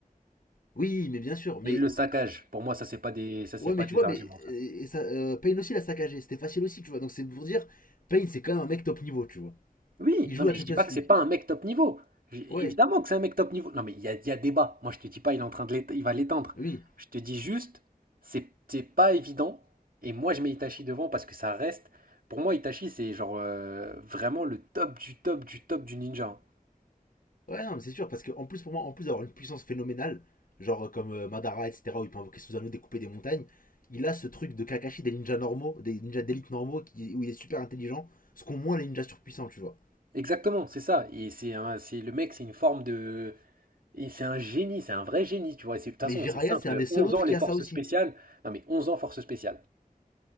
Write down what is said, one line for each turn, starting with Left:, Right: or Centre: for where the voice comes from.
Left: Oui, mais bien sûr, mais.
Right: Il le saccage. Pour moi, ça, c'est pas des, ça, c'est
Left: Ouais,
Right: pas
Left: mais tu
Right: des
Left: vois,
Right: arguments,
Left: mais.
Right: ça.
Left: euh, et ça, euh, Pain aussi l'a saccagé. C'était facile aussi, tu vois. Donc c'est pour dire, Pain, c'est quand même un mec top niveau, tu vois.
Right: Oui,
Left: Il joue
Right: non, mais
Left: la Champions
Right: je dis pas que
Left: League.
Right: c'est pas un mec top niveau. J-
Left: Ouais,
Right: Évidemment que c'est un mec top niveau. Non, mais il y a, il y a débat. Moi, je te dis pas, il est en train de l'éte- il va l'étendre.
Left: oui.
Right: Je te dis juste, c'est c'est pas évident. Et moi, je mets Itachi devant parce que ça reste. Pour moi, Itachi, c'est genre euh, vraiment le top du top du top du ninja. hein.
Left: Ouais, non, mais c'est sûr, parce que en plus, pour moi, en plus d'avoir une puissance phénoménale, genre euh, comme euh, Madara, etc., où il peut invoquer Susanoo, découper des montagnes, il a ce truc de Kakashi, des ninjas normaux, des ninjas d'élite normaux, qui, où il est super intelligent, ce qu'ont moins les ninjas surpuissants, tu vois.
Right: Exactement, c'est ça. Et c'est un, c'est le mec, c'est une forme de. Et c'est un génie, c'est un vrai génie, tu vois. Et c'est- De toute façon,
Left: Mais Jiraiya,
Right: c'est simple.
Left: c'est un des seuls
Right: 11
Left: autres
Right: ans, les
Left: qui a
Right: forces
Left: ça aussi.
Right: spéciales. Non, mais 11 ans, forces spéciales.